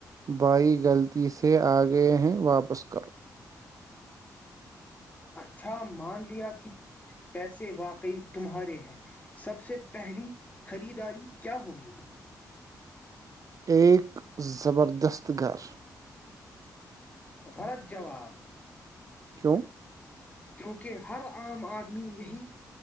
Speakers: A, on the right (about 50°); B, on the left (about 20°).
A: بھائی غلطی سے آ گئے ہیں واپس کرو
B: اچھا مان لیا کہ پیسے واقعی تمہارے ہیں سب سے پہلی خریداری کیا ہوگی
A: ایک زبردست گھر
B: غلط جواب
A: کیوں
B: کیونکہ ہر عام آدمی یہی